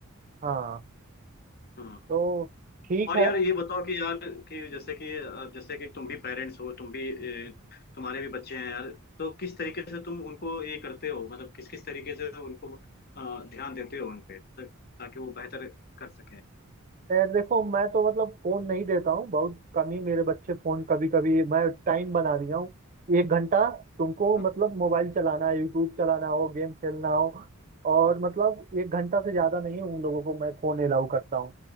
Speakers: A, on the right (about 35°); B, on the left (about 45°).
A: हाँ
B: हम्म
A: तो ठीक
B: और
A: है
B: यार ये बताओ कि यार कि जैसे कि जैसे कि तुम भी पेरेंट्स हो तुम भी ए, तुम्हारे भी बच्चे हैं यार तो किस तरीके से तुम उनको ये करते हो मतलब किस किस तरीके से उनको अ, ध्यान देते हो उन पे ताकि वो बेहतर कर सकें
A: यार देखो मैं तो मतलब फोन नहीं देता हूँ बहुत कम ही मेरे बच्चे फोन कभी कभी मैं टाइम बना दिया हूँ एक घंटा तुमको
B: हम्म
A: मतलब मोबाइल चलाना है यूट्यूब चलाना हो गेम खेलना हो और मतलब एक घंटा से ज्यादा नहीं उन लोगों को मैं फोन अलाउ करता हूँ